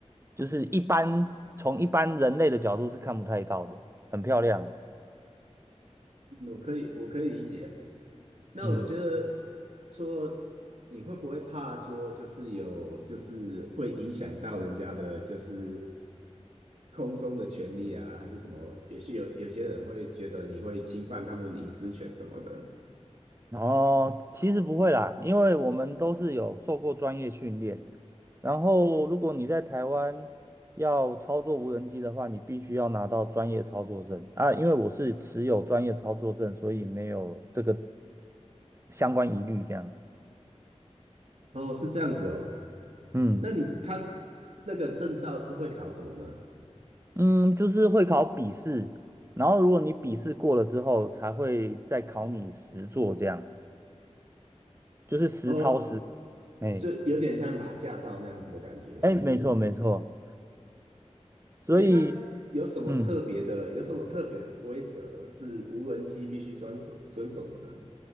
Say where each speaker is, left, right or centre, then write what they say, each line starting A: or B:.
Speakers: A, on the right; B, on the right.
A: 就是一般从一般人类的角度是看不太到的，很漂亮，
B: 嗯我可以，我可以理解。那我觉得
A: 嗯。
B: 说，你会不会怕说，就是有，就是会影响到人家的，就是空中的权利啊，还是什么？也许有有些人会觉得你会侵犯他们隐私权什么的。
A: 哦，其实不会啦，因为我们都是有受过专业训练。然后，如果你在台湾要操作无人机的话，你必须要拿到专业操作证啊。因为我是持有专业操作证，所以没有这个相关疑虑。这样，
B: 哦，是这样子哦。
A: 嗯
B: 那你他那个证照是会考什么呢？
A: 嗯，就是会考笔试，然后如果你笔试过了之后，才会再考你实作，这样就是实操实。
B: 哦，
A: 哎
B: 是有点像拿驾照那样子的感觉，是不是？
A: 哎，没错没错，所以
B: 诶，那有什么特别的？
A: 嗯。
B: 有什么特别的规则是无人机必须遵守遵守的呢？